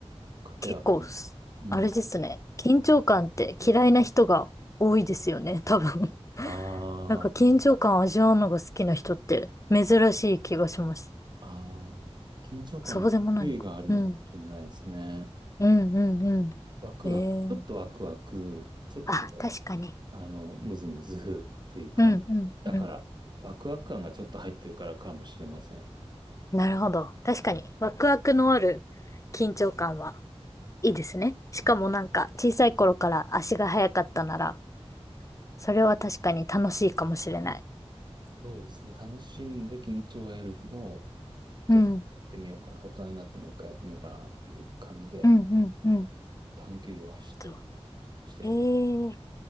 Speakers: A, on the right (about 40°); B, on the left (about 30°).
A: かたや、
B: 結構す、
A: あの、うん。
B: あれですね。緊張感って嫌いな人が多いですよね、<laughs> 多分。
A: あ
B: なんか緊張感味わうのが好きな人って珍しい気がします。
A: ーあー、緊張感に種類があるのかもしれないですね。
B: そうでもないのか。うん。うん、うん、うん。
A: ワクワク、
B: ええ。
A: ちょっとワクワク、ちょっと
B: あ、確かに。
A: あの、ムズムズっていう感じ。
B: うん、うん、
A: だから、
B: うん。
A: ワクワク感がちょっと入ってるからかもしれません。
B: なるほど。確かに。ワクワクのある緊張感はいいですね。しかもなんか小さい頃から足が速かったなら、
A: うん
B: それは確かに楽しいかもしれない。
A: そうですね。楽しんで緊張を得るのをちょっとやってみようかな。
B: うん、
A: 大人になってもう一回やってみようかなっていう感じで
B: うん、うん、うん。
A: 短距離を走ったり
B: と、
A: してみる。
B: ええ